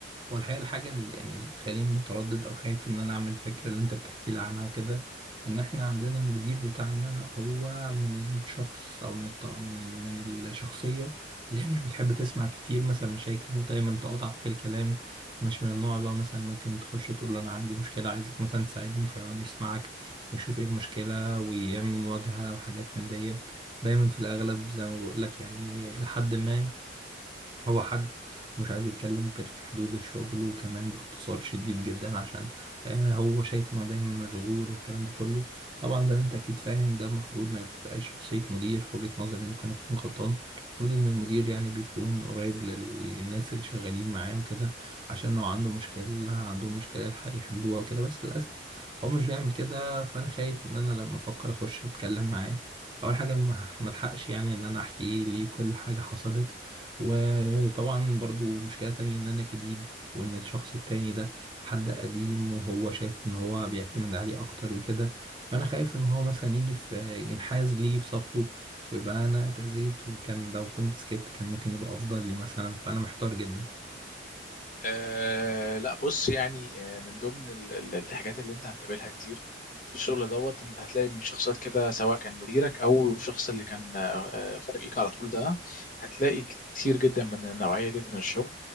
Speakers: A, on the right; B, on the left.
A: هو الحقيقة الحاجة اللي يعني اللي بتخليني متردد أو خايف إن أنا أعمل الفكرة اللي أنت بتحكي لي عنها وكده إن إحنا عندنا المدير بتاعنا هو من الشخص أو من الط... من ال... من الشخصية اللي هي مش بتحب تسمع كتير مثلا مشاكل ودايما تقاطعك في الكلام مش من النوع اللي هو مثلا ممكن تخش تقول له أنا عندي مشكلة عايزك مثلا تساعدني فيقعد يسمعك ويشوف إيه المشكلة ويعمل مواجهة وحاجات من دي دايما في الأغلب زي ما بقول لك يعني إلى حد ما هو حد مش عايز يتكلم غير في حدود الشغل وكمان باختصار شديد جدا عشان آه، هو شايف انه دايما مشغول والكلام ده كله طبعا زي ما انت اكيد فاهم ده المفروض ما تبقاش شخصية مدير في وجهة نظري ممكن اكون غلطان المفروض ان المدير يعني بيكون قريب لل- للناس اللي شغالين معاه وكده عشان لو عنده مشكلة عندهم مشكلة يلحق يحلوها وكده بس للأسف هو مش بيعمل كده فانا خايف ان انا لما افكر اخش اتكلم معاه اول حاجه ما ما الحقش يعني ان انا احكي ليه كل حاجه حصلت وطبعا برضو مشكلة تانية ان انا جديد وان الشخص التاني ده حد قديم وهو شايف ان هو بيعتمد عليه اكتر وكده فانا خايف ان هو مثلا يجي في ينحاز لي في صفه ويبقى انا اتأذيت وكان لو كنت سكت كان ممكن يبقى افضل لي مثلا فانا محتار جدا
B: أه لا بص يعني آه، من ضمن ال- ال- الحاجات اللي انت هتقابلها كتير في الشغل دوت انت هتلاقي شخصيات كده سواء كان مديرك او الشخص اللي كان آه، آه، فوقيك على طول ده هتلاقي كتير جدا من النوعية ديت من الشغل